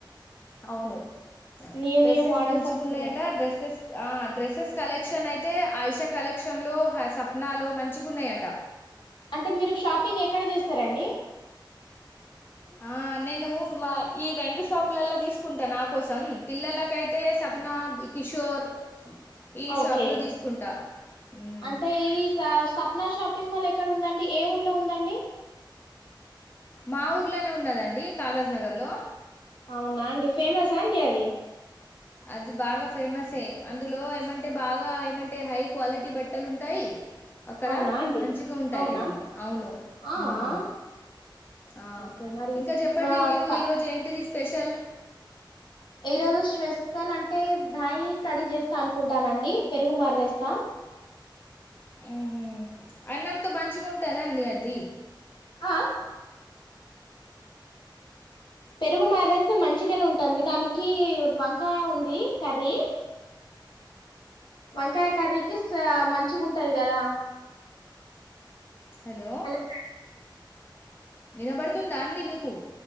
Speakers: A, on the left; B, on the left.
A: అవును.
B: న్యూ
A: డ్రెస్సెస్
B: న్యూ మోడల్స్
A: మంచిగా
B: వస్తున్నాయి
A: ఉన్నాయట డ్రెస్సెస్. ఆహ్ డ్రెస్సెస్ కలెక్షన్ అయితే ఆయిషా కలెక్షన్లో సప్నాలో మంచిగా ఉన్నాయట.
B: అంటే మీరు షాపింగ్ ఎక్కడ చేస్తారండి.
A: ఆహ్ నేను మా ఈ రెండు షాపులలా తీసుకుంటాను నా కోసం పిల్లలకైతే సప్నా కిషోర్. ఈ
B: ఆహ్ ఓకే
A: షాప్లో తీసుకుంటా మ్మ్.
B: అంటే ఇది సప్నా షాపింగ్ మాల్ ఎక్కడ ఉందండి. ఏ ఊర్లో ఉందండి.
A: మా ఊర్లోనే ఉన్నదండి కాగజ్ నగర్లో.
B: అవునా అండి ఫేమస్ సండే అది.
A: అది బాగా ఫేమసే అందులో ఏమంటే బాగా ఏమంటే హై క్వాలిటీ బట్టలు ఉంటాయి. అక్కడ
B: అవునా అండి
A: మంచిగా ఉంటాయి
B: అవునా
A: అండి అవును
B: ఆ
A: ఉమ్
B: ఆ
A: ఆహ్
B: ఓకే మరి
A: ఇంకా చెప్పండి
B: మా
A: మీరు
B: స
A: ఈ రోజు ఏంటిది. స్పెషల్
B: ఈ రోజు స్పెషల్ అంటే దాయి కడి చేస్తా అనుకుంటానండి పెరుగు మరేస్తా.
A: ఉహూ అన్నంతో మంచుగుంటాదండి అది. అది
B: ఆహ్ పెరుగు మారేస్తే మంచిగానే ఉంటుంది దానికి వంకాయ ఉంది కర్రీ. వంకాయ కర్రీకి మంచిగా ఉంటది కదా.
A: హలో
B: అలా
A: వినబడుతుందా అండి మీకు.